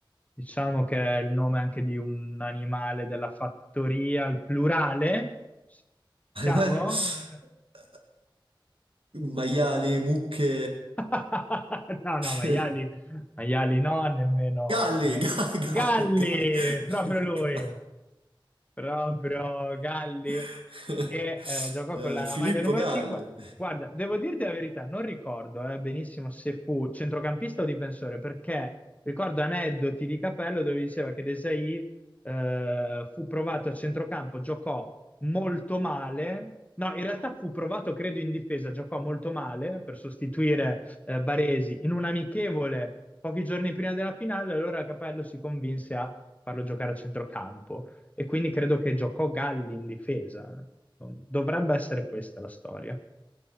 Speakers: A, on the left; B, on the right.
A: Diciamo che è il nome anche di un animale della fattoria al plurale. Siamo?
B: <laughs> Maiali, mucche...
A: <laughs> No, no, maiali,
B: eh, <laughs>
A: maiali no, nemmeno,
B: Galli,
A: nemmeno.
B: <laughs> ga- Galli,
A: Galli,
B: Galli,
A: proprio lui.
B: Galli.
A: Proprio Galli
B: <laughs>
A: che eh, giocò
B: Eh,
A: con la
B: Filippo
A: maglia numero
B: Galli.
A: 5. Guarda, devo dirti la verità, non ricordo eh, benissimo se fu centrocampista o difensore, perché ricordo aneddoti di Capello dove diceva che Desai eh, fu provato a centrocampo, giocò molto male. No, in realtà fu provato, credo, in difesa, giocò molto male per sostituire eh, Baresi in un amichevole pochi giorni prima della finale, allora Capello si convinse a farlo giocare a centrocampo. E quindi credo che giocò Galli in difesa. Dovrebbe essere questa la storia.